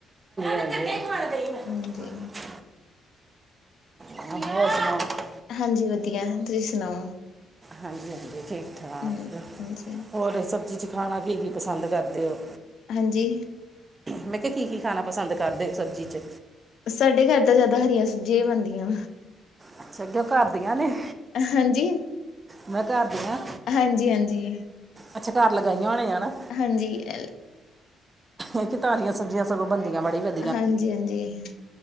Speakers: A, on the right (about 25°); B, on the left (about 70°).
A: <unintelligible>
B: ਹਾਂਜੀ
A: ਹਾਂ ਹੋਰ ਸੁਣਾਓ।
B: ਹਾਂਜੀ, ਵਧੀਆ ਤੁਸੀਂ ਸੁਣਾਓ।
A: ਹਾਂਜੀ-ਹਾਂਜੀ, ਠੀਕ-ਠਾਕ,
B: ਹੂੰ ਹਾਂਜੀ
A: ਹੋਰ ਸਭ ਚ ਖਾਣਾ ਕੀ-ਕੀ ਪਸੰਦ ਕਰਦੇ ਓ?
B: ਹਾਂਜੀ।
A: ਮੈਂ ਕਿਹਾ ਕੀ-ਕੀ ਖਾਣਾ ਪਸੰਦ ਕਰਦੇ ਸਬਜ਼ੀ ਚ?
B: ਸਾਡੇ ਘਰ ਤਾਂ ਜ਼ਿਆਦਾ ਹਰੀਆਂ ਸਬਜ਼ੀਆਂ ਹੀ ਬਣਦੀਆ।
A: ਅੱਛਾ, ਉਹ ਘਰ ਦੀਆਂ ਨੇ।
B: ਹਾਂਜੀ,
A: ਮੈਂ ਘਰ ਦੀਆਂ
B: ਹਾਂਜੀ- ਹਾਂਜੀ।
A: ਅੱਛਾ, ਘਰ ਲਗਾਈਆ ਹੋਣੀਆ ਨਾ।
B: ਹਾਂਜੀ ਅ
A: ਇਹ ਕਿ ਘਰਦੀਆਂ ਸਬਜ਼ੀਆਂ ਸਗੋਂ ਬਣਦੀਆ ਬੜੀ ਵਧੀ
B: ਹਾਂਜੀ-ਹਾਂਜੀ,